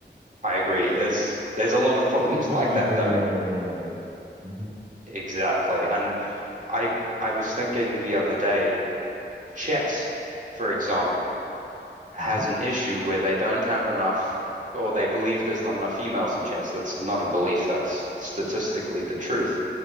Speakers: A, on the right; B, on the right.
A: I agree.
B: We're
A: There's there's a lot of problems
B: we're just
A: like
B: gonna be
A: that
B: going
A: though.
B: round and round on there. Mm-hmm.
A: Exactly. And I I was thinking the other day, chess, for example, has
B: Mm-hmm.
A: an issue where they don't have enough or they believe there's not enough females in chess. That's not a belief, that's statistically the truth.